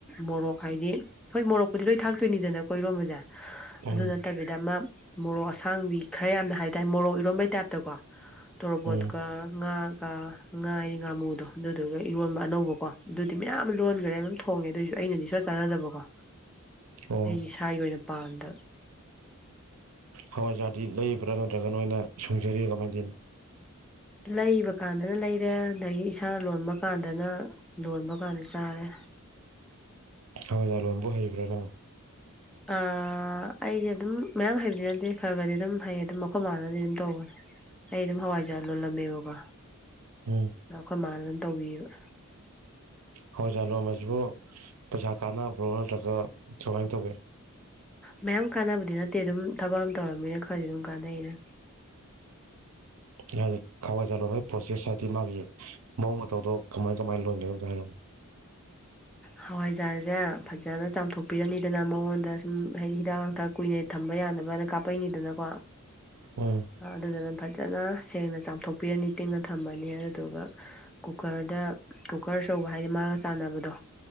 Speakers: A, in the centre; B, on the right.
A: ꯃꯣꯔꯣꯛ ꯍꯥꯏꯗꯤ ꯍꯣꯏ ꯃꯣꯔꯣꯛꯄꯨꯗꯤ ꯂꯣꯏ ꯊꯥꯛꯇꯣꯏꯅꯤꯗꯅ ꯀꯣ ꯏꯔꯣꯝꯕꯁꯦ ꯑꯗꯨ
B: ꯎꯝ
A: ꯅꯠꯇꯕꯤꯗ ꯑꯃ ꯃꯣꯔꯣꯛ ꯑꯁꯥꯡꯕꯤ ꯈꯔ ꯌꯥꯝꯅ ꯍꯥꯏꯇꯥꯔꯦ ꯃꯣꯔꯣꯛ ꯏꯔꯣꯝꯕꯩ ꯇꯥꯏꯞꯇꯀꯣ ꯇꯣꯔꯣꯕꯣꯠꯀ
B: ꯎꯝ
A: ꯉꯥꯒ ꯉꯥ ꯉꯥꯃꯨꯗꯣ ꯑꯗꯨꯗꯨꯒ ꯏꯔꯣꯟꯕ ꯑꯅꯧꯕꯀꯣ ꯑꯗꯨꯗꯤ ꯃꯌꯥꯝ ꯂꯣꯟꯈꯔꯦ ꯑꯗꯨꯝ ꯊꯣꯡꯉꯦ ꯑꯗꯨ ꯑꯣꯏꯁꯨ ꯑꯩꯅꯗꯤ ꯁꯨꯡꯆꯥ ꯆꯥꯗꯕꯀꯣ
B: ꯑꯣ
A: ꯑꯩ ꯏꯁꯥꯒꯤ ꯑꯣꯏꯅ ꯄꯥꯥꯟꯗ
B: ꯍꯋꯥꯏꯖꯥꯔꯗꯤ ꯂꯩꯕ꯭ꯔꯥ ꯅꯠꯇ꯭ꯔꯒ ꯅꯣꯏꯅ ꯁꯨꯡꯖꯔꯤꯔ ꯀꯃꯥꯏ ꯇꯧꯔꯤꯅꯣ
A: ꯂꯩꯕ ꯀꯥꯟꯗꯅ ꯂꯩꯔꯦ ꯑꯗꯩꯒꯤ ꯏꯁꯥꯅ ꯂꯣꯟꯕ ꯀꯥꯟꯗꯅ ꯂꯣꯟꯕ ꯀꯥꯟꯗ ꯆꯥꯔꯦ
B: ꯍꯋꯥꯏꯖꯥꯔ ꯂꯣꯟꯕꯨ ꯍꯩꯕ꯭ꯔꯥ ꯅꯪ
A: ꯑ ꯑꯩꯁꯦ ꯑꯗꯨꯝ ꯃꯌꯥꯝ ꯍꯩꯕꯗꯤ ꯅꯠꯇꯦ ꯈꯔ ꯈꯔꯗꯤ ꯑꯗꯨꯝ ꯍꯩ ꯑꯗꯨꯝ ꯑꯩꯈꯣꯏ ꯃꯥꯅꯗꯤ ꯑꯗꯨꯝ ꯇꯧꯕꯅꯦ ꯑꯩ ꯑꯗꯨꯝ ꯍꯋꯥꯏꯖꯥꯔ ꯂꯣꯜꯂꯝꯃꯦꯕꯀꯣ
B: ꯎꯝ
A: ꯑꯩꯈꯣꯏꯃꯥꯅ ꯇꯧꯕꯤꯌꯦꯕ
B: ꯍꯋꯥꯏꯖꯥꯔ ꯂꯣꯟꯕꯁꯤꯕꯨ ꯄꯩꯁꯥ ꯀꯥꯟꯅꯕ꯭ꯔꯣ ꯅꯠꯇ꯭ꯔꯒ ꯀꯃꯥꯏꯅ ꯇꯧꯒꯦ
A: ꯃꯌꯥꯝ ꯀꯥꯟꯅꯕꯗꯤ ꯅꯠꯇꯦ ꯑꯗꯨꯝ ꯊꯕꯛ ꯑꯃ ꯇꯧꯔꯕꯅꯤꯅ ꯈꯔꯗꯤ ꯑꯗꯨꯝ ꯀꯥꯟꯅꯩꯅ
B: ꯍꯥꯏꯗꯤ ꯍꯋꯥꯏꯖꯥꯔ ꯂꯣꯟꯕꯒꯤ ꯄ꯭ꯔꯣꯁꯦꯁ ꯍꯥꯏꯗꯤ ꯃꯥꯒꯤ ꯃꯑꯣꯡ ꯃꯇꯧꯗꯣ ꯀꯃꯥꯏ ꯀꯃꯥꯏꯅ ꯂꯣꯟꯒꯦ ꯑꯝꯇ ꯍꯥꯏꯔꯛꯎꯅꯦ
A: ꯍꯋꯥꯏꯖꯥꯔꯖꯦ ꯐꯖꯅ ꯆꯥꯝꯊꯣꯛꯄꯤꯔꯅꯤꯗꯅ ꯃꯉꯣꯟꯗ ꯁꯨꯝ ꯍꯥꯏꯗꯤ ꯍꯤꯗꯥꯛ ꯂꯥꯡꯊꯛ ꯀꯨꯏꯅ ꯊꯝꯕ ꯌꯥꯅꯕꯅ ꯀꯥꯞꯄꯛꯏꯅꯤꯗꯅꯀꯣ
B: ꯎꯝ
A: ꯑꯗꯨꯗꯨꯅ ꯐꯩ ꯐꯖꯅ ꯁꯦꯡꯅ ꯆꯥꯝꯊꯣꯛꯄꯤꯔꯅꯤ ꯇꯤꯡꯅ ꯊꯝꯃꯅꯤ ꯑꯗꯨꯗꯨꯒ ꯀꯨꯀꯔꯗ ꯀꯨꯀꯔ ꯑꯆꯧꯕ ꯍꯥꯏꯗꯤ ꯃꯥꯒ ꯆꯥꯟꯅꯕꯗꯣ